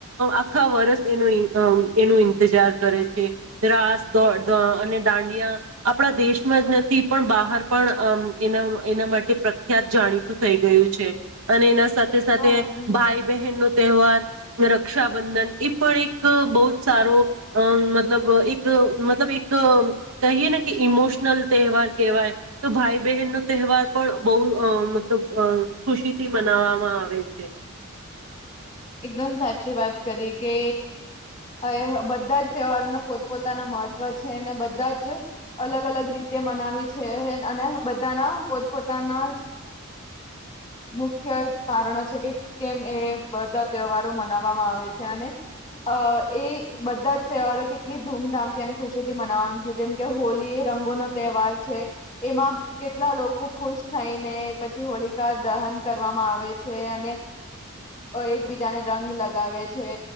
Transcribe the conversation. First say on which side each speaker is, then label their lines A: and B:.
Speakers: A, on the right; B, on the left.
A: આખા વર્ષ એનો એનો ઈંતજાર કરે છે રાસ અને દાંડિયા આપણા દેશમાં જ નથી પણ બહાર પણ અમ એના એના માટે પ્રખ્યાત જાણીતું થઈ ગયું છે, અને એના સાથે
B: હા
A: સાથે
B: એકદમ
A: ભાઈ બહેન ન તહેવાર રક્ષાબંધન એ પણ એક બહ જ સારો અ મતલબ એક મતલબ એક કહીએ ને કે ઇમોશનલ તહેવાર કેહેવાય તો ભાઈ બહેન નો તહેવાર પણ બહ મતલબ ખુશીથી મનાવામાં આવે છે,
B: એકદમ સાચી વાત કરી કે હવે બધા જ તહેવારોના પોતપોતાના મહત્વ છે અને બધા જ અલગ અલગ રીતે મનાવી છે અને બધાના પોતપોતાના મુખ્ય કારણો છે કે કેમ એ તવારો મનાવામાં આવે છે, અને એ બધા જ તહેવારો કેટલી ધૂમધામથી અને ખુશી થી મનાવામાં છે જેમ કે હોલી એ રંગોનોો તહેવાર છે, એમાં કેટલા લોકો ખુશ થઈને પછી હોલિકા દહન કરવામાં આવે છે, અને એક જને રંગ લગાવે છે